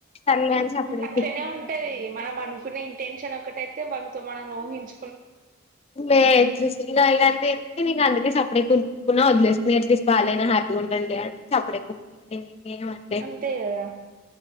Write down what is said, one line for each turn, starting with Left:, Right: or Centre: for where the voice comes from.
Left: సర్లే అని సప్పుడేక
Right: అట్లనే
Left: ఊకున్న
Right: ఉంటది మనం అనుకున్న ఇంటెన్షన్ ఒకటైతే అ మనతో మనం ఊహించ
Left: ఎట్సిగాయి క అందుకే నిక్ సప్ప అప్పు కు కుక్కున వదిలేసుకుని ఎట్లీస్ట్ బాగానా హ్యాపీగా ఉండి అ అడే కుక్కుని అనిను లే
Right: అంతే కదా